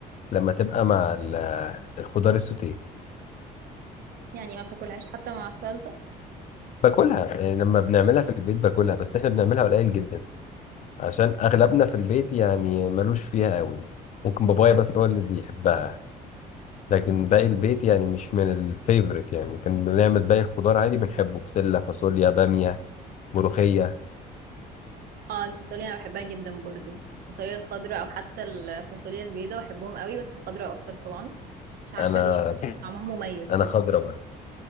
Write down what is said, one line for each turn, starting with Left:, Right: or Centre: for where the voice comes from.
Left: لما تبقى مع ال- الخضار السوتيه
Right: يعني ما بتاكلهاش حتى مع الصلصة
Left: باكلها يعني لما بنعملها في البيت باكلها بس احنا بنعملها قليل جدا عشان اغلبنا في البيت يعني ملوش فيها قوي ممكن بابايا بس هو اللي بيحبها لكن باقي البيت يعني مش من الفيفوريت يعني كان بنعمل باقي الخضار عادي بنحبه بسله فاصوليا باميه ملوخيه
Right: اه الفاصوليا انا بحبها جدا برضو الفاصوليا الخضراء او حتى الفاصوليا البيضاء بحبهم قوي بس الخضراء اكتر طبعا مش عارفة
Left: انا
Right: ليه طعمها مميز
Left: انا
Right: كده
Left: خضرا بقى